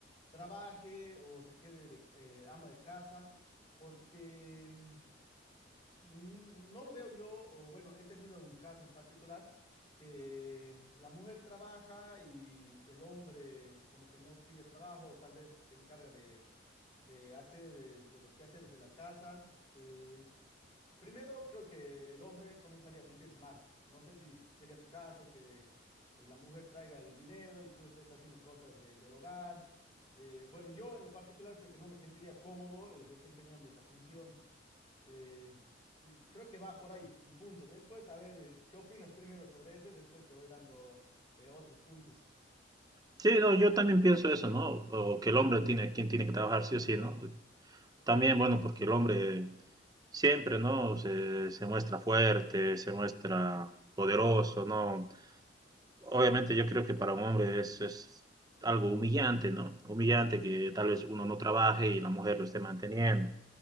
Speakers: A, on the left; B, on the right.
A: trabaje o se quede de, eh, ama de casa, porque mm, Mm, No lo veo yo, o bueno, he tenido un caso en particular que la mujer trabaja y el hombre como que no pilla trabajo, o tal vez se encarga de, de hacer este, los quehaceres de la casa. eh, primero, creo que el hombre comenzaría a sentirse mal. No sé si sería tu caso, que eh, la mujer traiga el dinero y tú estés haciendo cosas de- del hogar. Eh, bueno, yo en lo particular creo que no me sentiría cómodo eh, desempeñando esa función. Eh, mm, creo que va por ahí, un punto. Después, a ver, eh, ¿qué opinas primero sobre ese? Después te voy dando eh, otros puntos.
B: Sí, no, yo también pienso eso, ¿no? O que el hombre tiene, quien tiene que trabajar sí o sí, ¿no? También, bueno, porque el hombre siempre, ¿no? Se, se muestra fuerte, se muestra poderoso, ¿no? Obviamente yo creo que para un hombre es, es algo humillante, ¿no? Humillante que tal vez uno no trabaje y la mujer lo esté manteniendo.